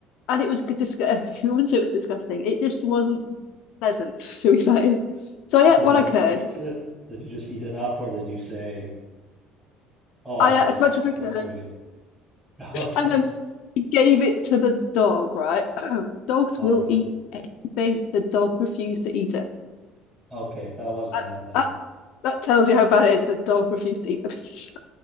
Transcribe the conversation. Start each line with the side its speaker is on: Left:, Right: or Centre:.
Left: and it was good disgusting. <laughs> I wouldn't say it was disgusting. It just wasn't pleasant, shall we say? So I
Centre: Did
Left: ate what
Centre: you
Left: I could.
Centre: eat it? Did you just eat it up, or did you say, "Oh, I,
Left: I
Centre: this
Left: ate as much as I
Centre: wasn't
Left: could,
Centre: very good"? <laughs> Okay,
Left: and then gave it to the dog. Right? <clears throat> Dogs
Centre: all
Left: will
Centre: right.
Left: eat thing. The dog refused to eat it.
Centre: Okay, that was bad
Left: That,
Centre: then.
Left: that that tells you how bad it is. The dog refused to eat the piece.